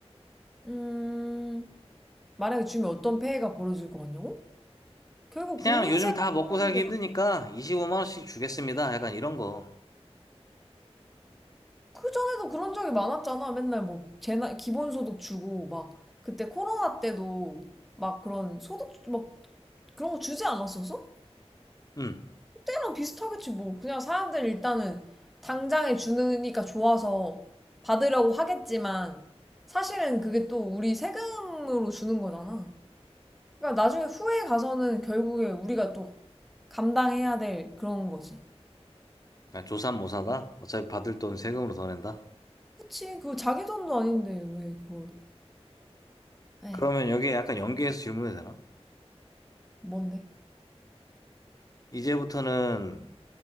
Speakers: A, in the centre; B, on the left (about 35°).
A: 음 만약에 주면 어떤 폐해가 벌어질 것 같냐고? 결국
B: 그냥
A: 국민
B: 요즘
A: 세금으로
B: 다 먹고 살기 힘드니까 25만 원씩 주겠습니다 약간 이런 거
A: 그 전에도 그런 적이 많았잖아. 맨날 뭐 재난 기본소득 주고 막 그때 코로나 때도 막 그런 소득 막 그런 거 주지 않았었어?
B: 응.
A: 때랑 비슷하겠지 뭐 그냥 사람들 일단은 당장에 주니까 좋아서 받으려고 하겠지만 사실은 그게 또 우리 세금으로 주는 거잖아 그러니까 나중에 후에 가서는 결국에 우리가 또 감당해야 될 그런 거지
B: 아, 조삼모사다 어차피 받을 돈 세금으로 더 낸다
A: 그치 그거 자기 돈도 아닌데 왜 그걸 에이
B: 그러면 여기에 약간 연계해서 질문해도 되나?
A: 뭔데
B: 이제부터는